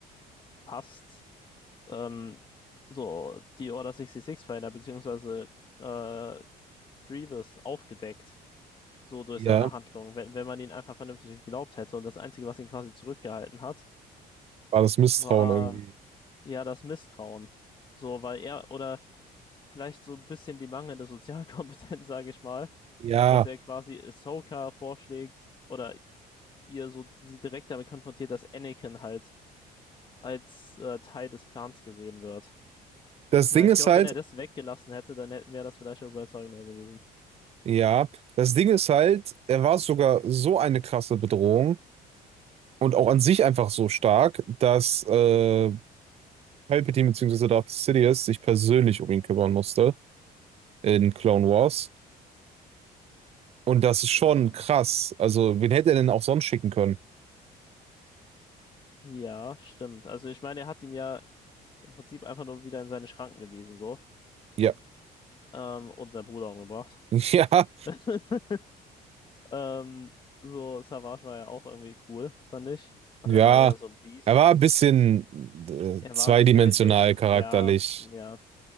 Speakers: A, on the left; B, on the right.
A: fast ähm, so die Order 66-Feinde, beziehungsweise äh, Grievous aufgedeckt, so durch
B: Ja,
A: seine Handlung. Wenn, wenn man ihn einfach vernünftig geglaubt hätte. Und das Einzige, was ihn quasi zurückgehalten hat,
B: war das Misstrauen
A: war
B: irgendwie.
A: ja das Misstrauen. So, weil er, oder vielleicht so ein bisschen die mangelnde Sozialkompetenz, <laughs> sage ich mal,
B: Ja,
A: dass er quasi Ahsoka vorschlägt oder ihr so sie direkt damit konfrontiert, dass Anakin halt als äh, Teil des Plans gesehen wird.
B: das
A: Ja,
B: Ding
A: ich
B: ist
A: glaube,
B: halt,
A: wenn er das weggelassen hätte, dann wäre das vielleicht auch überzeugender gewesen.
B: ja, das Ding ist halt, er war sogar so eine krasse Bedrohung und auch an sich einfach so stark, dass äh, Palpatine bzw. Darth Sidious sich persönlich um ihn kümmern musste in Clone Wars. Und das ist schon
A: Ja.
B: krass. Also, wen hätte er denn auch sonst schicken können?
A: Ja, stimmt. Also ich meine, er hat ihn ja im Prinzip einfach nur wieder in seine Schranken gewiesen, so.
B: Ja,
A: Ähm, und seinen Bruder umgebracht.
B: <laughs> ja,
A: <laughs> Ähm, so, Savage war ja auch irgendwie cool, fand ich. Aber
B: ja.
A: Der war eher so ein Beast.
B: Er war ein bisschen äh,
A: Er
B: zweidimensional
A: war so ba basic,
B: charakterlich.
A: ja, ja.